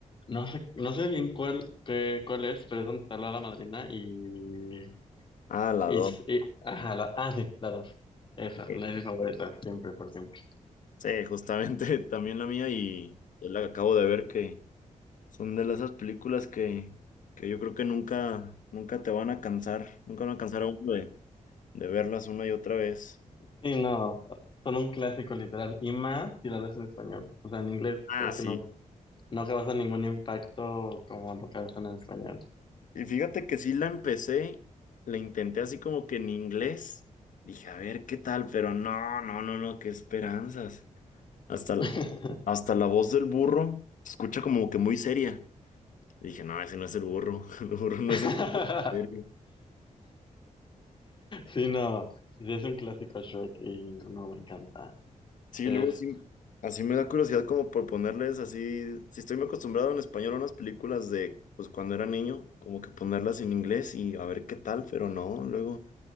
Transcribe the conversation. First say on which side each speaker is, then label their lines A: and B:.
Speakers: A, on the left; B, on the left.
A: no sé, no sé bien cuál, qué- cuál es, pero es donde está la hada madrina y,
B: Ah, la
A: y,
B: dos.
A: y- ajá, la, ah, sí, la dos. Esa,
B: ok.
A: la es mi favorita, siempre, por siempre.
B: Sí, justamente <laughs> también la mía y yo la acabo de ver que son de esas películas que, que yo creo que nunca, nunca te van a cansar, nunca van a cansar a uno de, de verlas una y otra vez.
A: Sí, no, son un clásico literal, y más si la ves en español. O sea, en inglés
B: Ah,
A: creo
B: sí.
A: que no, no causa ningún impacto como lo causan en español.
B: Y fíjate que sí la empecé, la intenté así como que en inglés. Dije, a ver qué tal, pero no, no, no, no, qué esperanzas. Hasta,
A: <laughs>
B: hasta la voz del burro se escucha como que muy seria. Dije, no, ese no es el burro, <laughs> el burro no
A: <laughs>
B: es así. de serio.
A: Sí, no, sí es un clásico Shrek y no me encanta.
B: Sí,
A: Es,
B: luego sí, así me da curiosidad como por ponerles así, si estoy muy acostumbrado en español a unas películas de, pues cuando era niño, como que ponerlas en inglés y a ver qué tal, pero no, luego,